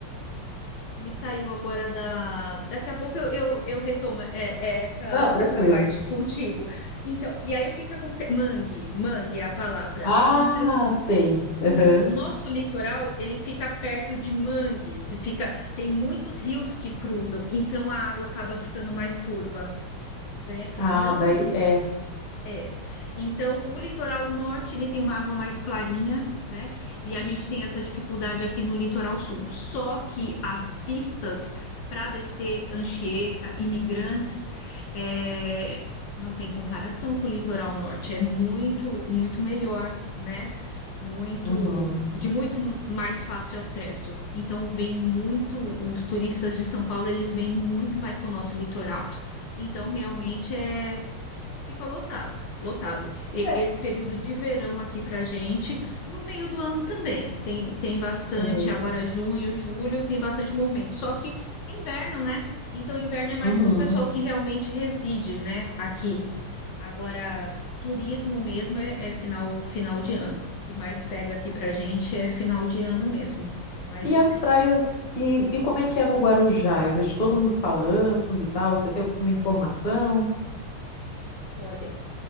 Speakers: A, on the left; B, on the left.
A: Me saiu agora da. Daqui a pouco eu, eu, eu retomo é, é essa,
B: Não, tranquilo.
A: essa parte contigo. Então, e aí o que que acontece? Mangue, mangue é a palavra.
B: Ah,
A: Então,
B: sei. Aham.
A: isso, o nosso litoral, ele fica perto de mangues, fica, tem muitos rios que cruzam, então a água acaba ficando mais turva, né?
B: Ah,
A: Não,
B: daí é.
A: é. Então, o litoral norte, ele tem uma água mais clarinha, né? E a gente tem essa dificuldade aqui no litoral sul. Só que as pistas para descer Anchieta, Imigrantes, é, não tem comparação com o litoral norte. É muito, muito melhor, né? Muito,
B: Uhum.
A: de muito mais fácil acesso. Então, vem muito, os turistas de São Paulo, eles vêm muito mais para o nosso litoral. Então, realmente é fica lotado, lotado. E-
B: É.
A: esse período de verão aqui para gente, no meio do ano também, tem, tem bastante,
B: Aham.
A: agora junho, julho, tem bastante movimento, só que é inverno, né? Então, inverno é mais
B: Uhum.
A: para o pessoal que realmente reside, né, aqui. Agora, turismo mesmo é, é final, final de ano. O que mais pega aqui para gente é final de ano mesmo, é mais
B: E
A: difícil.
B: as praias, e, e como é que é no Guarujá? Eu vejo todo mundo falando e tal. Você tem alguma informação?
A: Olha,